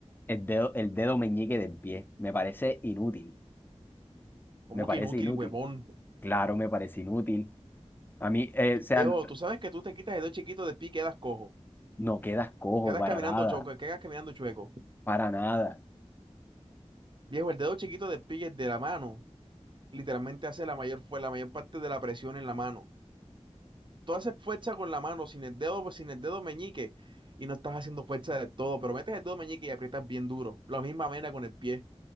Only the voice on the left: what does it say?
el dedo, el dedo meñique del pie. Me parece inútil.
Me parece
inútil.
Claro, me parece inútil. A mí, eh, o sea,
n-
no quedas cojo
para
nada.
Para nada.